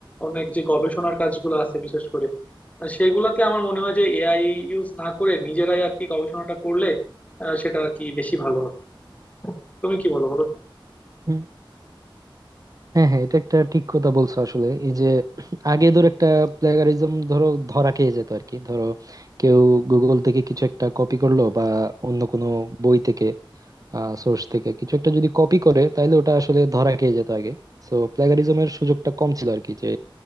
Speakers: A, on the left; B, on the right.
A: অনেক যে গবেষণার কাজগুলো আছে বিশেষ করে আহ, সেগুলাতে আমার মনে হয় যে এআই ইউজ না করে নিজেরাই আর কি গবেষণাটা করলে আহ, সেটা আর কি বেশি ভালো হবে তুমি কি বলো বলো তো
B: হুম, হ্যাঁ হ্যাঁ এটা একটা ঠিক কথা বলছো আসলে এই যে আগে ধর একটা প্লেগারিজম ধরো ধরা খেয়ে যেত আর কি ধরো কেউ গুগল থেকে কিছু একটা কপি করলো বা অন্য কোনো বই থেকে সোর্স থেকে কিছু একটা যদি কপি করে তাহলে ওটা আসলে ধরা খেয়ে যেত আগে তো প্লেগারিজমের সুযোগটা কম ছিল আর কি যে